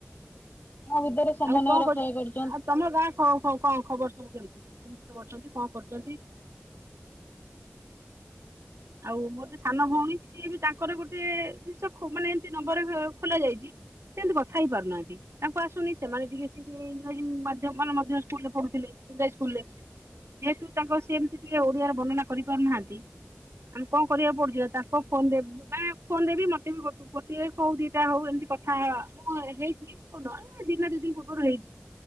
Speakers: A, on the left; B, on the right.
A: ତା ଭିତରେ ସମନୟ
B: ଆଉ କଣ
A: ରକ୍ଷା
B: କହୁଛି
A: କରଛି।
B: ଆଉ ତମ ଗାଁ କଣ ଖବର ସବୁ କେମିତି କେମିତି ସବୁ ଅଛନ୍ତି କଣ କରୁଛନ୍ତି? ଆଉ ମୋର ଯୋଉ ସାନ ଭଉଣୀ। ସିଏ ବି ତାଙ୍କର ଗୋଟେ ଜିନିଷ ମାନେ ଏମିତି ନମ୍ବର ଖୋଲା ଯାଇଛି ସେମିତି କଥା ହେଇ ପାରୁନାହାନ୍ତି? ତାଙ୍କୁ ଆସୁନି ସେମାନେ ଟିକେ ସ ଟିକେ ଇରାଜୀ ମଧ୍ୟମ ସ୍କୁଲରେ ପଢୁଥିଲେ ଇଂରାଜୀ ସ୍କୁଲରେ ଯେହେତୁ ତାଙ୍କ ସେମତି ଟିକେ ଓଡିଆରେ ବର୍ଣ୍ଣନା କରିପାରୁନାହାନ୍ତି। ଆମେ କଣ କରିବାକୁ ପଡୁଛି ତାଙ୍କ ଫୋନ ରେ ବା ଫୋନରେ ବି ମତେ ବି ଗୋଟେ ହଉ ଦିଟା ହଉ ଏମିତି କଥା ହ ମୁଁ ହେଇଛି। ହ ନ ଦିନ ଦି ଦିନ ପୂର୍ବରୁ ହେଇଛି